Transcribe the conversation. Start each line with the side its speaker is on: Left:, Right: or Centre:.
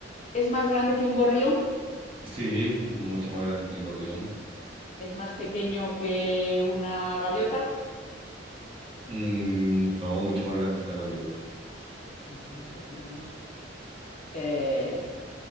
Left: es más grande que un gorrión?
Right: Sí, mucho más grande que un gorrión.
Left: ¿Es más pequeño que una gaviota?
Right: Mm, no, mucho más grande que una gaviota.
Left: Madre del amor hermoso. Eh,